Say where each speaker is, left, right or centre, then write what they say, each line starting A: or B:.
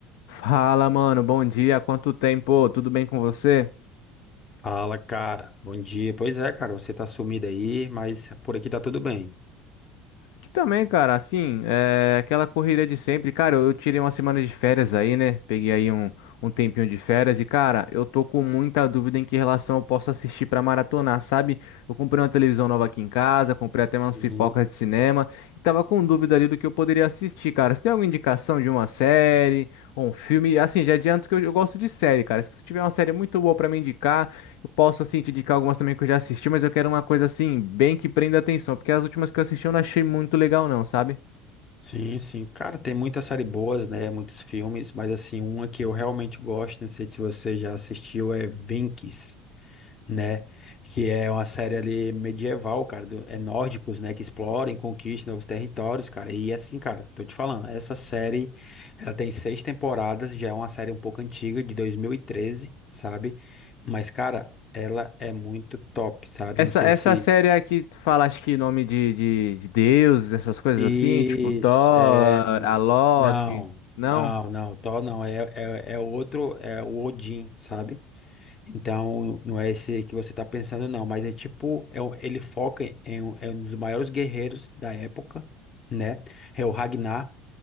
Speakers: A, on the left; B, on the left.
A: Fala, mano, bom dia, quanto tempo, tudo bem com você?
B: Fala, cara. Bom dia. Pois é, cara, você tá sumido aí, mas por aqui tá tudo bem.
A: Aqui também, cara, assim, é aquela corrida de sempre, cara, eu eu tirei uma semana de férias aí, né, peguei aí um, um tempinho de férias e, cara, eu tô com muita dúvida em que relação eu posso assistir pra maratonar, sabe? Eu comprei uma televisão nova aqui em casa, comprei até umas
B: Uhum.
A: pipocas de cinema e tava com dúvida ali do que eu poderia assistir, cara, você tem alguma indicação de uma série ou um filme? Assim, já adianto que eu, eu gosto de série, cara, se você tiver uma série muito boa pra me indicar, Eu posso, assim, te indicar algumas também que eu já assisti, mas eu quero uma coisa, assim, bem que prenda atenção, porque as últimas que eu assisti eu não achei muito legal, não, sabe?
B: Sim, sim. Cara, tem muitas séries boas, né? Muitos filmes, mas assim, uma que eu realmente gosto, não sei se você já assistiu, é Vinx. né? Que é uma série ali medieval, cara, do- é nórdicos, né, que exploram e conquistam novos territórios, cara. E assim, cara, tô te falando, essa série, ela tem seis temporadas, já é uma série um pouco antiga, de 2013, sabe? Mas, cara, ela é muito top, sabe?
A: Essa,
B: Não sei
A: essa
B: se...
A: série aqui tu fala, acho que nome de, de, de deuses, essas coisas
B: Isso,
A: assim, tipo Thor,
B: é...
A: a Loki,
B: Não,
A: não?
B: não, não, Thor não, é, é, é outro, é o Odin, sabe? Então, não é esse que você está pensando, não, mas é tipo, é, um- ele foca em, um é um dos maiores guerreiros da época, né? É o Ragnar.